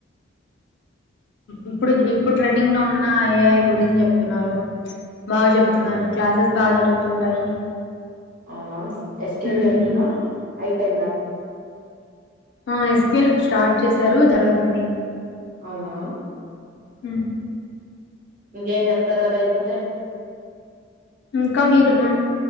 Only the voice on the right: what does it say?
ఉమ్
అవునా ఎస్. క్యు. ఎల్
జరిగిందా అయిపోయిందా
అవునా
ఇంకేం చెప్తారు అదయిపోతే